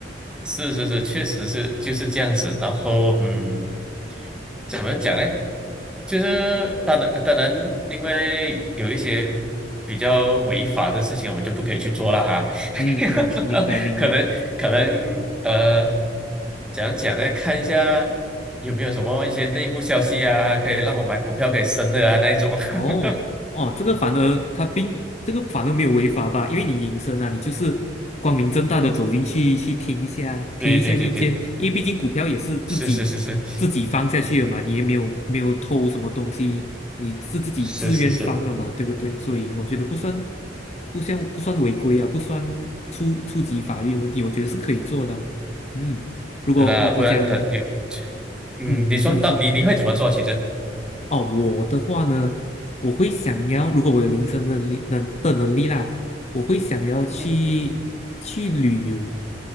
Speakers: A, in the centre; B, on the left (about 40°).
A: 是是是，确实是就是这样子。然后嗯，怎么讲呢？就是当然，当然，因为有一些比较违法的事情，我们就不可以去做了哈。
B: 嗯嗯，
A: <laughs>
B: 明白明白。
A: 可能可能呃，讲讲呢，看一下有没有什么一些内幕消息啊，可以让我买股票可以升的啊那一种。
B: 哦哦，
A: <laughs>
B: 这个反而他并这个反而没有违法吧？因为你隐身啊，你就是光明正大的走进去去听一下，听一下意见，
A: 对对对对，
B: 因为毕竟股票也是自己自己放下去的嘛，
A: 是是是是
B: 你也没有没有偷什么东西，你是自己自愿放的嘛，
A: 是是是，
B: 对不对？所以我觉得不算不像不算违规啊，不算触触及法律问题，我觉得是可以做的啊嗯，如果我我讲，
A: 那不然等就嗯，
B: 嗯，
A: 你说到你你会怎么做？
B: 你说你说。
A: 其实
B: 哦，我的话呢，我会想要，如果我有临身能力能的能力啦，我会想要去去旅游，
A: 嗯，